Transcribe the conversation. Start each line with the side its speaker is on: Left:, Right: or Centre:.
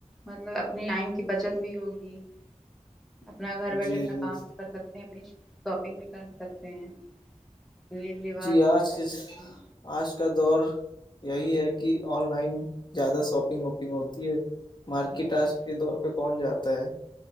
Centre: مطلب اپنے ٹائم کی بچت بھی ہوگی- اپنا گھر بیٹھے
Left: جی
Centre: اپنا
Left: جی
Centre: کام بھی کر سکتے ہیں اپنی شاپنگ بھی کر سکتے ہیں- نی لباس
Left: جی آج
Centre: بھی للاا سکتے ہیں-
Left: آج کا دور یہی ہے کہ آن لائن زیادہ شاپنگ ووپنگ ہوتی ہے- مارکیٹ
Centre: جی
Left: آس کے دور پہ کون جاتا ہے-